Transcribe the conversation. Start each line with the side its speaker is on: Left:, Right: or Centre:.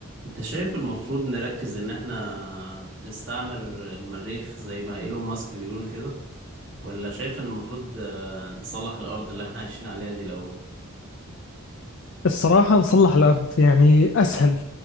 Right: انت شايف المفروض نركز ان احنا نستعمر المريخ زي ما ايلون ماسك بيقول كده ولا شايف ان المفروض آه، نصلح الارض اللي احنا عايشين عليها دي الاول
Left: الصراحة نصلح الأرض يعني أسهل